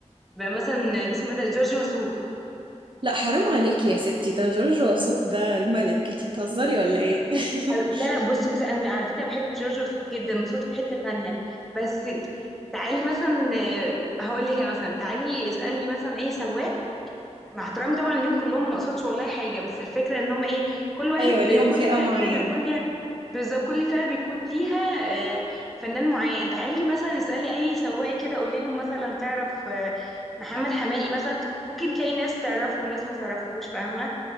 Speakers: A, in the centre; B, on the right.
A: مثلا اسمه إيه ده جورج وسوف
B: لا حرام عليكي يا ستي ده جورج وسوف ده الملك انتي بتهزري ولا ايه <laughs>
A: ح- لا لا بصي بصي انا على فكره بحب جورج وسوف جدا وصوته في حته تانية بس تعالي مثلا آه، هقول لك انا مثلا تعالي اسالي مثلا اي سواق مع احترامي طبعا ليهم كلهم ما اقصدش والله حاجه بس الفكره ان هم ايه كل واحد
B: ايوه ليهم
A: كل
B: فئة
A: فئه
B: معينة
A: كده بيكون ليها بالظبط كل فئه بيكون ليها آه، فنان معين تعالي مثلا اسالي اي سواق كده قولي له مثلا تعرف آه، محمد حماقي مثلا ممكن تلاقي ناس تعرفه وناس ما تعرفوش فاهمه